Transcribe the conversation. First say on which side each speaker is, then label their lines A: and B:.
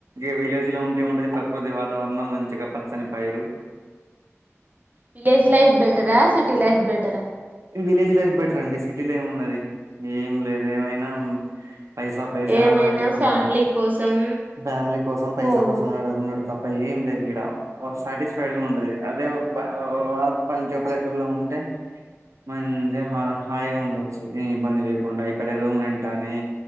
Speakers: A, on the right (about 85°); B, on the right (about 35°).
A: ఇ విలేజ్ లో ఉంటే ఏం ఉంటది ప్రకృతి వాతావరణం మంచిగా పచ్చని పైరు
B: విలేజ్ లైఫ్ బెటరా సి టీ లైఫ్ బెటర్ ఆ
A: విలేజ్ లైఫ్ బెటర్ అండి సిటీ లో ఏమి ఉన్నది ఏం లేదు ఏమైనా పైసా పైసా
B: ఏమైనా
A: <unintelligible> కోరుక
B: ఫ్యామిలీ కోసం
A: ఫ్యామిలీ కోసం పైసా
B: పోవుడు
A: కోసండు తప్ప ప ఏ వీడా సాటిస్ఫైడ్ ఉంటది అదే ఆ పంచ పల్లెటూరులో ఉంటే మంచిగా హాయిగా ఉండొచ్చు ఇబ్బంది లేకుండా ఇక్కడ రూమ్ రెం కానీ